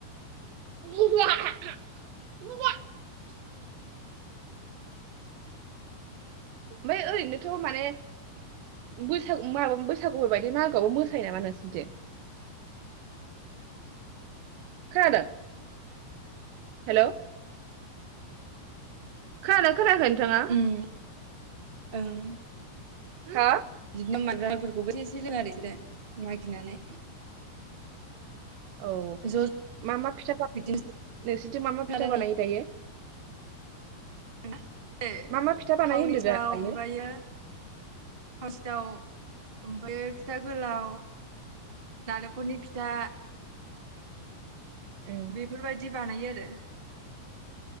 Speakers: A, on the right (about 85°); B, on the right (about 40°).
A: <unintelligible> तणं ओमफफ्राय ओरैनोथ' माने बैसागु माबा बैसागु बायदि मागोआवबो मोसायो नामा नोंसोरनिथिं खोनादों? हेल' खोनादों? खोनायाखै नोंथाङा
B: उम ओं
A: हा
B: बिदिनो माने राइफोरखौबो एसे‌ एसे लोङो आरो बिसोरो मागिनानै
A: औ
B: ज'
A: मा मा फिथा बानायो
B: बिदिनो
A: नोंसोरनिथिं मा मा
B: खोनादों
A: फिथा बानायो दायो?
B: <unintelligible>
A: मा मा फिथा बानायो
B: थावनि
A: होनदो दा
B: थाव
A: दायो
B: ओमफ्रायो थाव सिथाव ओमफ्राय फिथा गोलाव नालेंखलनि फिथा
A: उम
B: बेफोरबायदि बानायो आरो